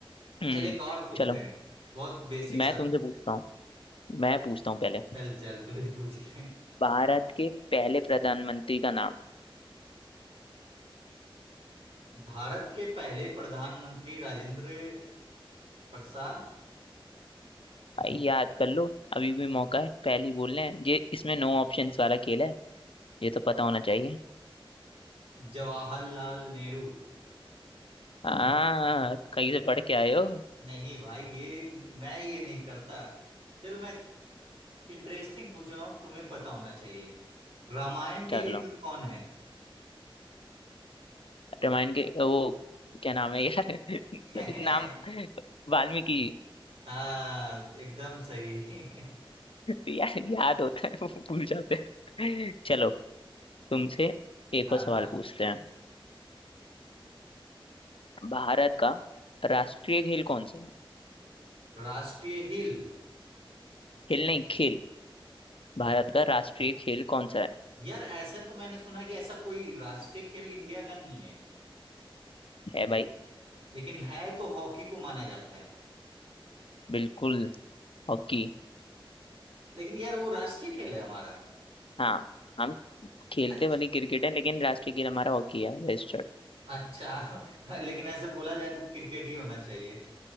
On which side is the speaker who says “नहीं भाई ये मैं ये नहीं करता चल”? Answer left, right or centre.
Right